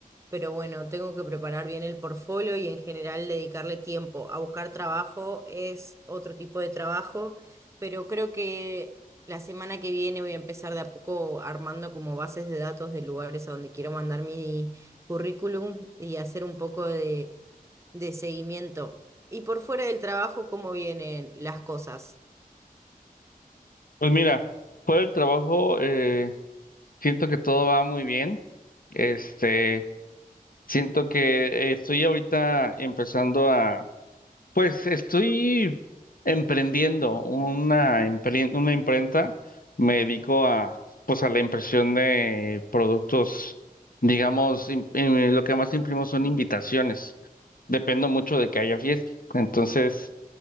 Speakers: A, on the right; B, on the left.
A: Pero bueno, tengo que preparar bien el portfolio y en general dedicarle tiempo. A buscar trabajo es otro tipo de trabajo, pero creo que la semana que viene voy a empezar de a poco armando como bases de datos de lugares a donde quiero mandar mi currículum y hacer un poco de, de seguimiento. Y por fuera del trabajo, ¿cómo vienen las cosas?
B: Pues mira, por el trabajo, eh, siento que todo va muy bien. Este, siento que eh, estoy ahorita empezando Pues estoy emprendiendo una, impren- una imprenta. Me dedico a, pues a la impresión de productos, digamos, im- eh, lo que más imprimo son invitaciones. Dependo mucho de que haya fiesta. Entonces,